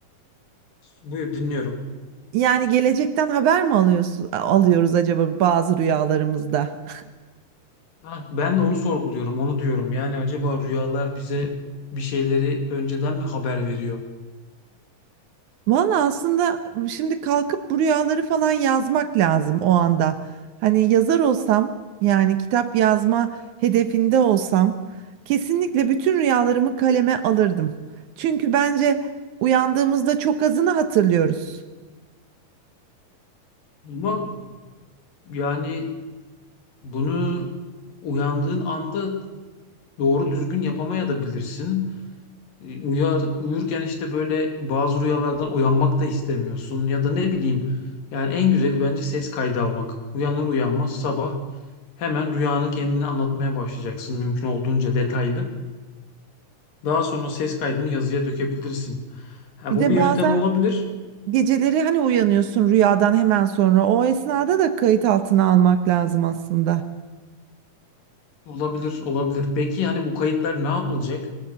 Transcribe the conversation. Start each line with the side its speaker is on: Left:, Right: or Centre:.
Left: buyur dinliyorum.
Right: yani gelecekten haber mi alıyorsun alıyoruz acaba bazı rüyalarımızda?
Left: Ha, ben de onu sorguluyorum, onu diyorum. Yani acaba rüyalar bize bir şeyleri önceden mi haber veriyor?
Right: Valla aslında şimdi kalkıp bu rüyaları falan yazmak lazım o anda. Hani yazar olsam yani kitap yazma hedefinde olsam kesinlikle bütün rüyalarımı kaleme alırdım. Çünkü bence uyandığımızda çok azını hatırlıyoruz.
Left: Ama yani bunu uyandığın anda doğru düzgün yapamayabilirsin. E, Uyar, uyurken işte böyle bazı rüyalardan uyanmak da istemiyorsun ya da ne bileyim. Yani en güzeli bence ses kaydı almak. Uyanır uyanmaz sabah hemen rüyanın kendini anlatmaya başlayacaksın mümkün olduğunca detaylı. Daha sonra ses kaydını yazıya dökebilirsin. Ha,
Right: Bir
Left: bu
Right: de
Left: bir
Right: bazen
Left: yöntem olabilir.
Right: geceleri hani uyanıyorsun rüyadan hemen sonra o esnada da kayıt altına almak lazım aslında.
Left: Olabilir, olabilir. Peki yani bu kayıtlar ne yapılacak?